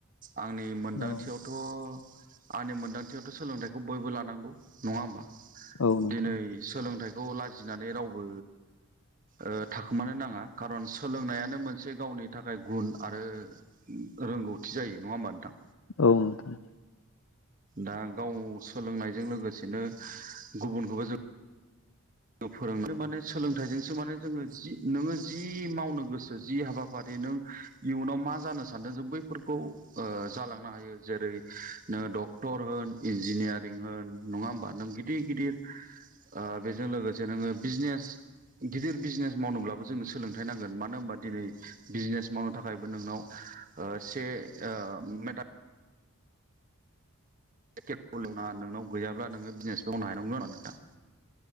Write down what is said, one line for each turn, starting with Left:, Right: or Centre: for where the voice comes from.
Right: आंनि मोनदांथियावथ'
Left: औ
Right: आंनि मोनदांथियावथ सोलोंथाइखौ बयबो लानांगौ। नङा होमबा
Left: औ नोंथां
Right: दिनै सोलोंथाइ खौ लाजिनानै रावबो ओ थाखोमानो नाङा खारन सोलोंनायानो मोनसे गावनि थाखाय गुन। आरो रोंगौथि जायो नङा होमबा नोंथां?
Left: औ नोंथां।
Right: दा गाव सोलोंनायजों लोगोसे सेनो गुबुनखौबो जों फोरोंनो माने सोलोंथाइजोंसो माने जोङो जि नोङो जि मावनो गोसो जि हाबाफारि नों इयुनाव मा जानो सानदों जों बैफोरखौ जालांनो हायो जेरै नोङो डक्टर होन इन्जिनियारिं होन नङा होमबा नों गिदिर गिदिर ओ बे जों लोगोसे नोङो बिजनेस गिदिर बिजनेस मावनोब्लाबो जोंनो सोलोंथाइ नांगोन मानो होनबा दिनै बिजनेस मावनो थाखायबो नोंनाव ओ से ओ मेटा <unintelligible> नोंनाव गैयाब्ला नोङो बिजनेसखौ मावनो हाया नांगौ <unintelligible> नोंथां